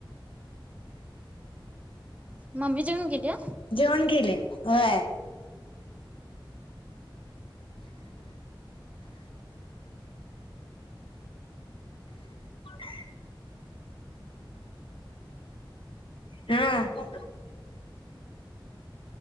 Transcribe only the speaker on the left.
जेवण गेलेत होय, <inaudible> हा,